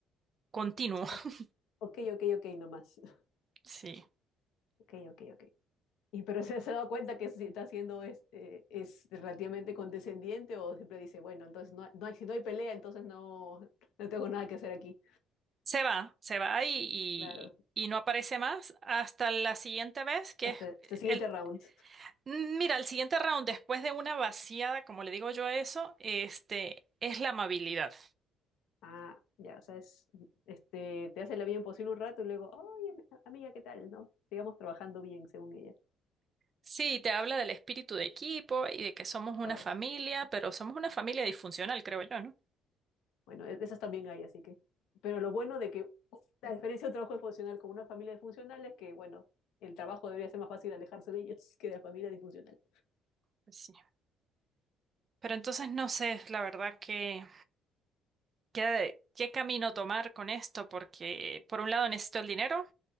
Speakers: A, on the right (about 25°); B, on the left (about 80°).
A: continuo.
B: sí,
A: <laughs>
B: Ok, ok, ok, ok, nomás. <laughs>
A: Sí.
B: Ok, ok, ok. Y pero se se ha dado cuenta que si está siendo este, es relativamente condescendiente o siempre dice, bueno, entonces no, no hay, si no hay pelea, entonces no, no tengo nada que hacer aquí.
A: Se va, se va y, y,
B: Claro.
A: y no aparece más hasta la siguiente vez, que
B: Hasta,
A: es
B: hasta el siguiente
A: el...
B: round.
A: Mira, el siguiente round, después de una vaciada, como le digo yo a eso, este, es la amabilidad.
B: Ah, ya, o sea, es, este, te hace la vida imposible un rato y luego, oye, amiga, ¿qué tal? ¿No? Sigamos trabajando bien, según ella.
A: Sí, te habla del espíritu de equipo y de que somos una
B: Ay,
A: familia, pero somos una familia disfuncional, creo yo, ¿no?
B: bueno, e- esas también hay, así que. Pero lo bueno de que uh, la diferencia de un trabajo disfuncional con una familia disfuncional es que, bueno, el trabajo debería ser más fácil alejarse de ellos que de la familia disfuncional.
A: Pues sí. Pero entonces no sé, la verdad, que qué, qué camino tomar con esto, porque por un lado necesito el dinero